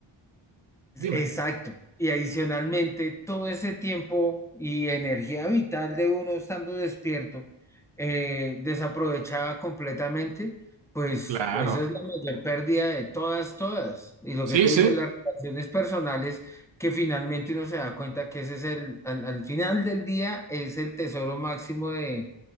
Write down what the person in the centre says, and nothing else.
exacto. Y adicionalmente, todo ese tiempo y energía vital de uno estando despierto, eh, desaprovechada completamente, pues,
pues esa es la mayor pérdida de todas, todas. Y lo
que tú
dices, las relaciones personales, que finalmente uno se da cuenta que ese es el, al al final del día, es el tesoro máximo de